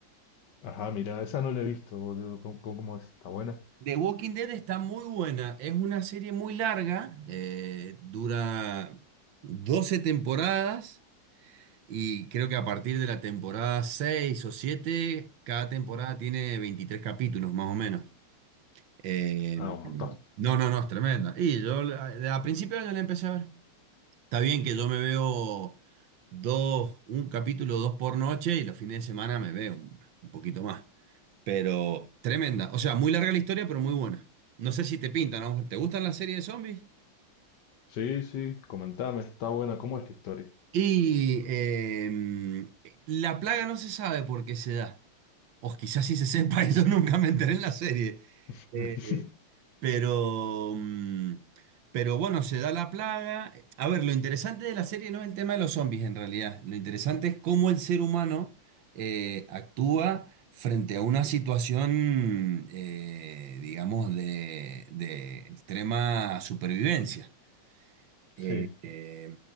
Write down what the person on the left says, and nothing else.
Ajá, mira, esa no la he visto, boludo, ¿cómo, cómo es? ¿Está buena?
Ah, un montón.
Sí, sí, comentame, está buena, ¿cómo es la historia?
<laughs>
Sí,